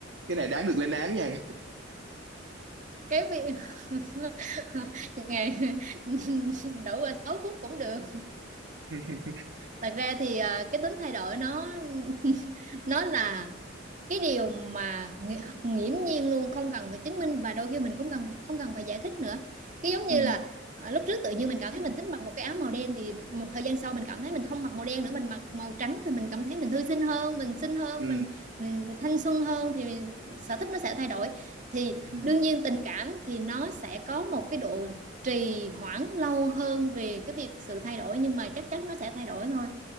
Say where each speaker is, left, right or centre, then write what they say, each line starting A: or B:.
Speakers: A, on the right; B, on the right.
A: cái này đáng được lên án nha
B: cái việc <laughs> ngày <laughs> đổi qua 6 phút cũng được
A: <laughs>
B: thật ra thì ờ, cái tính thay đổi nó <laughs> nó là cái điều mà nghi- nghiễm nhiên luôn không cần phải chứng minh và đôi khi mình cũng cần không cần phải giải thích nữa cái giống như
A: ừ.
B: là ờ, lúc trước tự nhiên mình cảm thấy mình thích mặc một cái áo màu đen thì một thời gian sau mình cảm thấy mình không mặc màu đen nữa mình mặc màu trắng thì mình cảm thấy mình thư sinh hơn mình xinh hơn
A: Ừ.
B: mình, mình, mình thanh xuân hơn thì sở thích nó sẽ thay đổi thì
A: Ừ.
B: đương nhiên tình cảm thì nó sẽ có một cái độ trì hoãn lâu hơn về cái việc sự thay đổi nhưng mà chắc chắn nó sẽ thay đổi thôi